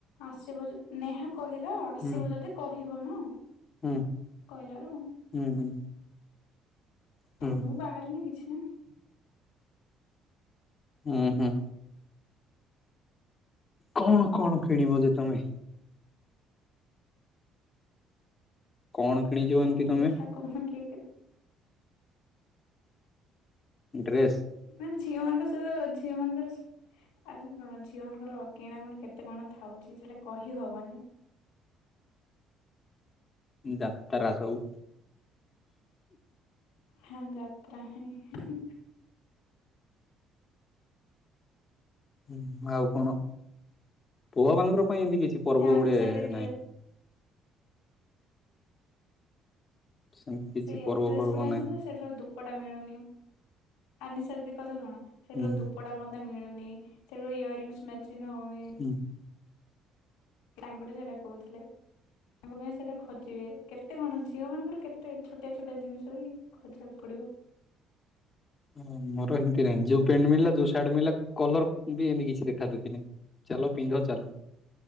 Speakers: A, on the left (about 80°); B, on the left (about 40°).
A: ଆସିବ ନେହା କହିଲା ଆସିବ
B: ହୁଁ
A: ଯଦି କହିବ ମ।
B: ହୁଁ
A: କହିଲାରୁୁ
B: ହୁଁ ହୁଁ। ହୁଁ।
A: ତ ମୁଁ ବାହାରିନି କିଛି ନାହିଁ।
B: ଉହୁଁ। କଣ କଣ କିଣିବ ଯେ ତମେ? କଣ କିଣିଛ
A: ଦେଖିଆ
B: ଏମିତି ତମେ
A: ଦେଖିବା କଣ କିଏ
B: ଡ୍ରେସ୍
A: ମାନ ଝିଅ ମାନଙ୍କ ସହିତ ଝିଅ ମାନଙ୍କର ଆରେ ଝିଅଙ୍କର କିଣାକଣି କେତେ କଣ ଥାଉଛି? ସେଇଟା କହିହବନି।
B: ଯାତ୍ରା ସବୁ।
A: ହଁ ଯାତ୍ରା ହିଁ।
B: ହୁଁ। ଆଉ କଣ? ପୁଅ ମାନଙ୍କର ପାଇଁ ଏମିତି କିଛି ପର୍ବ
A: ସେ ଆନି
B: ଗୁଟେ
A: ସାଇଡ ଡ୍ରେସ
B: ନାହିଁ। ସେମିତି କିଛି
A: ସେଇଆ।
B: ପର୍ବ
A: ଡ୍ରେସ
B: ଫର୍ବ
A: ଗୁଡା
B: ନାହିଁ
A: ସେଠାରୁ ଧୂପଟା ମିଳୁନି। ଆନିସା କଥା ଶୁଣ। ସେଠାରୁ
B: ହୁଁ
A: ଧପ କୁୋଡା ମତେ ମିଳୁନି। ସେଠୁ ଇୟରରିଙ୍ଗସ ମେଚିଙ୍ଗ୍ ହଉନି।
B: ହୁଁ।
A: ତାଙ୍କଠୁ ସେଇଟା କହୁଥିଲେ। ତାଙ୍କ ପାଇଁ ସେଇଟା ଖୋଜିବେ। କେତେ କଣ? ଝିଅ ମାନଙ୍କର କେତେ ଛୋଟିଆ ଛୋଟିଆ ଜିନିଷ ବି ଖୋଜକୁ ପଡିବ।
B: ହ ମୋର ଏମିତି ନାହିଁ। ଯୋଉ ପେଣ୍ଟ ମିଳିଲା, ଯଉ ସାଆଟ ମଳିଲା କଲର ବି ଏମିତି କିଛି ଦେଖା ଦୁ କି ନାହିଁ। ଚାଲ ପିନ୍ଧ ଚାଲ।